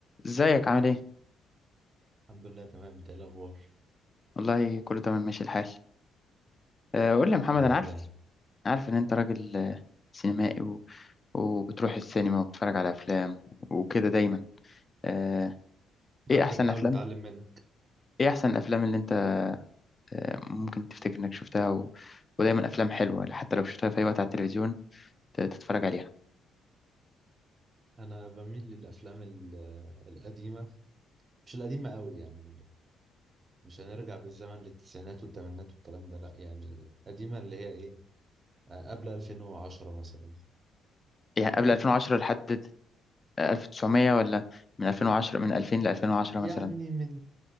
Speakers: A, on the left; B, on the right.
A: ازيك عامل ايه؟
B: الحمد لله تمام انت ايه الاخبار
A: والله كله تمام ماشي الحال آه، قول لي يا محمد
B: يا
A: انا
B: رب
A: عارف
B: دايما
A: عارف ان انت راجل آه، سينمائي و... وبتروح السينما وبتتفرج على افلام وكده دايما آه، ايه
B: اهو
A: احسن
B: بنحاول
A: الافلام
B: نتعلم منك
A: ايه احسن الافلام اللي انت آه، ممكن تفتكر انك شفتها و... ودايما افلام حلوة حتى لو شفتها في اي وقت على التلفزيون ت- تتفرج عليها
B: انا بميل للافلام ال- القديمه مش القديمه قوي يعني مش هنرجع بالزمن للتسعينات والثمانينات والكلام ده لا يعني قديمه اللي هي ايه آه، قبل 2010 مثلا
A: يعني قبل 2010 لحد 1900 ولا من 2010 من 2000 ل 2010
B: يعني
A: مثلا
B: من